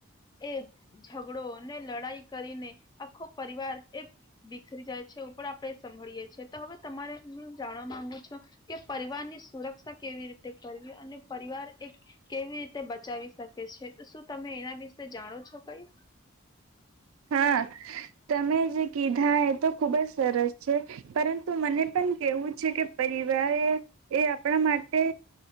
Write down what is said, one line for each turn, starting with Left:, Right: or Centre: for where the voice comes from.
Left: એ ઝઘડો ને લડાઈ કરીને આખો પરિવાર એ બીખરી જાય છે, ઉપર આપણે સંભળીએ છીએ તો હવે તમારે હું જાણવા માંગુ છું, કે પરિવાર ની સુરક્ષા કેવી રી કરવી અને પરિવાર એક કેવી રીતે બચાવી શકે છે, તો શું તમે એના વિશે જાણો છો કઈ?
Right: હા તમે જે કીધા એ તો ખુબ જ સરસ છે, પરંતુ મને પણ કેવું છે કે પરિવાર એ આપણા માટે